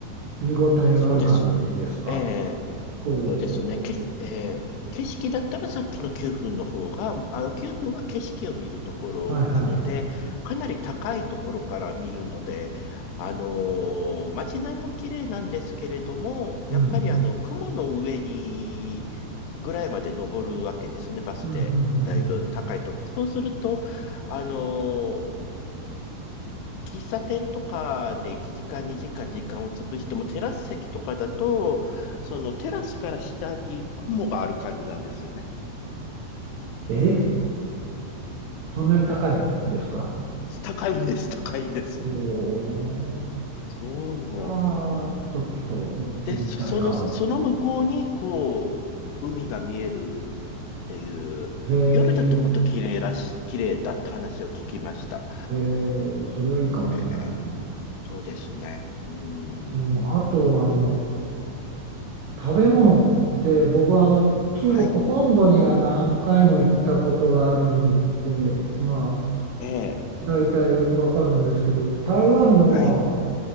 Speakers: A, on the right; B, on the left.
A: 見応えがある感じですか。
B: そうですね。ええ、
A: おお。
B: そうですね。けし、ええ、景色だったらさっきの9分の方が、あの9分は景色を見るところなので、
A: はいはい。
B: かなり高いところから見るので、あのー街並みも綺麗なんですけれども、やっぱりあの、
A: うん。
B: 雲の上にぐらいまで登るわけですね、バスで。
A: うん、うん、うん。うん
B: だいぶ高いと。そうすると、あのー喫茶店とかで1時間、2時間時間を潰しても、テラス席とかだと、そのテラスから下に雲がある感じなんですよね。
A: え、そんなに高いのですか
B: 高いんです、高いんです。
A: おお
B: そ
A: ー。ああちょっと行ってみたいかも。
B: う。で、そ、その、その向こうに、こう、海が見えるっていう、
A: へえ、
B: 夜だともっと綺麗らしい、綺麗だって話を聞きました。
A: へえ、それはいいかもしれないね。
B: えーそうですね。うん。
A: うん、あと、あの、食べ物って、僕はあの、中国本土には何回も行ったことがあるんで、
B: はい。
A: まあ、
B: えー
A: 大体わかるんですけど、台湾の
B: はい。